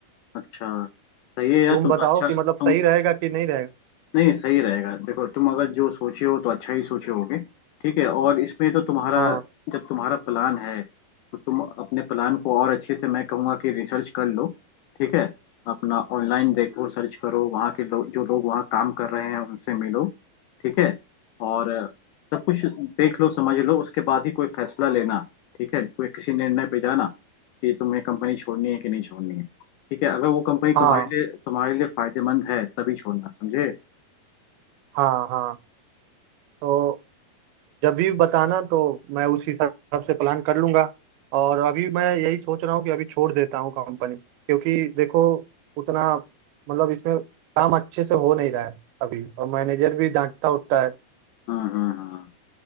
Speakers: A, on the left (about 90°); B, on the right (about 85°).
A: अच्छा सही है यार
B: तुम
A: तुम
B: बताओ
A: तो अच्छा
B: कि मतलब
A: तुम
B: सही रहेगा कि नहीं रहेगा
A: नहीं सही रहेगा देखो तुम अगर जो सोचे हो तो अच्छा ही सोचे होगे ठीक है और इसमें तो तुम्हारा
B: हाँ
A: जब तुम्हारा प्लान है तो तुम अपने प्लान को और अच्छे से मैं कहूँगा कि रिसर्च कर लो ठीक है अपना ऑनलाइन देखो सर्च करो वहाँ के लोग जो लोग वहाँ काम कर रहे हैं उनसे मिलो ठीक है और अ, सब कुछ देख लो समझ लो उसके बाद ही कोई फैसला लेना ठीक है कोई किसी निर्णय पे जाना कि तुम्हें कंपनी छोड़नी है कि नहीं छोड़नी है ठीक है अगर वो कंपनी
B: हाँ
A: तुम्हारे लिए तुम्हारे लिए फायदेमंद है तभी छोड़ना समझे
B: हाँ हाँ तो जब भी बताना तो मैं उस हिसाब से प्लान कर लूँगा और अभी मैं यही सोच रहा हूँ कि अभी छोड़ देता हूँ कंपनी क्योंकि देखो उतना मतलब इसमें काम अच्छे से हो नहीं रहा है अभी और मैनेजर भी डांटता उठता है
A: हाँ हाँ हाँ हाँ।